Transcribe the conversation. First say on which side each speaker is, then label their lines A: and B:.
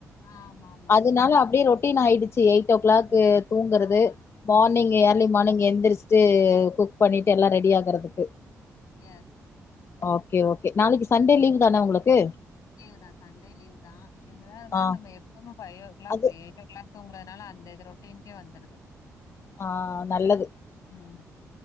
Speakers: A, on the left; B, on the left.
A: ஆமா ஆமா
B: அதனால அப்டியே ரொட்டீன் ஆயிடுச்சு எயிட் ஓ கிளாக்கு தூங்கறது
A: ஆமா
B: மார்னிங்
A: எயிட்
B: ஏர்லி மார்னிங் எந்திரிஷ்ட்டு குக் பண்ணிட்டு எல்லா ரெடி ஆகறதுக்கு
A: எஸ்
B: ஓகே ஓகே நாளைக்கு சண்டே லீவ் தான உங்களுக்கு
A: லீவ் தா சண்டே லீவ் தா என்னதா இருந்தாலும்
B: ஆ
A: நம்ப எப்பமு ஃபைவ் ஓ கிளாக்
B: அது
A: எயிட்டோ எல்லா தூங்கறனால அந்த இது ரொட்டின்க்கே வந்துருது
B: ஆ நல்லது
A: ம்